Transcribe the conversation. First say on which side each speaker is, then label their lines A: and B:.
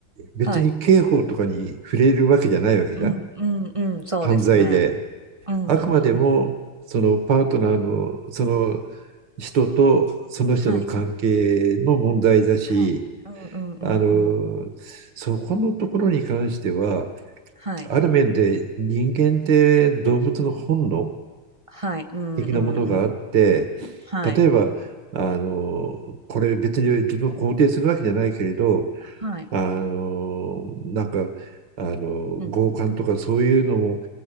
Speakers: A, on the right; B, on the right.
A: 別に刑法とかに触れるわけじゃないわけじゃん。
B: はい。うんうんうん、そうですね。
A: 犯罪で。
B: うんうんうん。
A: あくまでも、そのパートナーの、その人とその人の関係の問題だし、
B: はい。はい。うんうんうんうん。
A: あの、そこのところに関しては、
B: はい。
A: ある面で人間って動物の本能
B: はい。うんうんうん。
A: 的なものがあって、
B: はい。
A: 例えば、あの、これ別に自分を肯定するわけじゃないけれど、
B: はい。
A: あのなんかあの強姦とかそういうのを
B: うんうん。